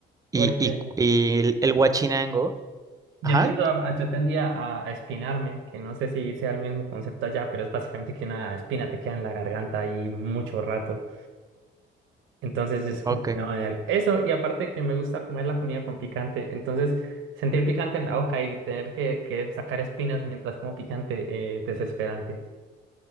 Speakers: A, on the right (about 80°); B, on the right (about 15°).
A: Porque
B: Y, y, y el, el Huachinango,
A: yo
B: ajá,
A: tiendo a, a- yo tendía a, a espinarme, que no sé si sea el mismo concepto allá, pero es básicamente que una espina te queda en la garganta ahí mucho rato. Entonces es como
B: ok.
A: que no, dale. Eso, y aparte que me gusta comer la comida con picante, entonces sentir picante en la boca y tener que, que sacar espinas mientras como picante, eh, desesperante.